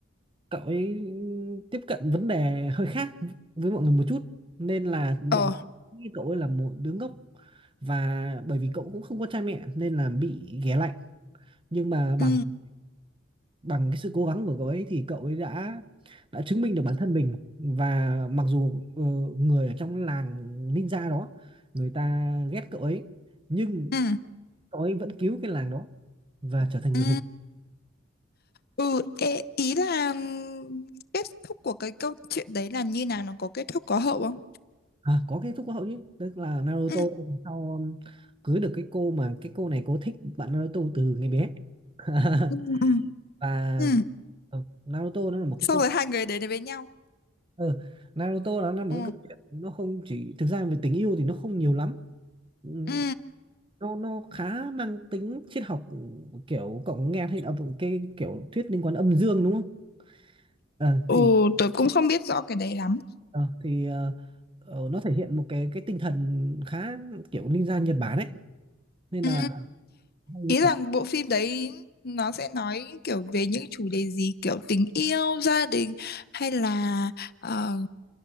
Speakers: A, on the right; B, on the left.
A: cậu ấy tiếp cận vấn đề hơi khác với mọi người một chút nên là mọi
B: ờ,
A: người nghĩ cậu ấy là một đứa ngốc và bởi vì cậu cũng không có cha mẹ nên là bị ghẻ lạnh nhưng mà bằng
B: ừ,
A: bằng cái sự cố gắng của cậu ấy thì cậu ấy đã đã chứng minh được bản thân mình và mặc dù ờ, người ở trong làng ninja đó người ta ghét cậu ấy nhưng
B: ừ,
A: cậu ấy vẫn cứu cái làng đó và trở thành
B: ừ.
A: người hùng
B: Ừ, ê, ý là kết thúc của cái câu chuyện đấy là như nào nó có kết thúc có hậu không?
A: à, có kết thúc hậu chứ tức là Naruto
B: Ừ,
A: sau um, cưới được cái cô mà cái cô này cô thích bạn Naruto từ ngày bé <laughs>
B: ừ, ừ,
A: và
B: ừ.
A: ờ, Naruto nó là một
B: Xong
A: cái câu
B: rồi hai người đến với nhau.
A: ừ, Naruto nó là một
B: Ừ,
A: cái câu chuyện nó không chỉ thực ra về tình yêu thì nó không nhiều lắm Ừ,
B: ừ.
A: nó nó khá mang tính triết học kiểu cậu nghe thấy là một cái kiểu thuyết liên quan âm dương đúng không Ờ,
B: Ừ,
A: thì
B: tớ cũng không biết rõ cái đấy lắm.
A: ờ, thì ờ, ờ, nó thể hiện một cái cái tinh thần khá kiểu ninja Nhật Bản ấy nên
B: Ừ,
A: là hay
B: ý là
A: là
B: bộ phim đấy nó sẽ nói kiểu về những chủ đề gì kiểu tình yêu, gia đình hay là ờ,